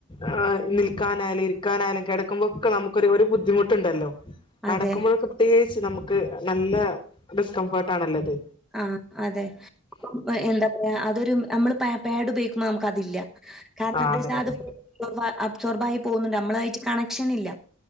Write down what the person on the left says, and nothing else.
ആ നിൽക്കാനാലും ഇരിക്കാനാലും കെടക്കു ബൊക്കേ നമ്ക്കൊരു ഒര് ബുദ്ധിമുട്ട്ണ്ടല്ലോ നടക്കുമ്പഴക്കെ
പ്രത്യേകിച്ച് നമുക്ക് നല്ല ഡിസ്കംഫർട്ട് ആണല്ലത്
ആ
അതെ
അതെ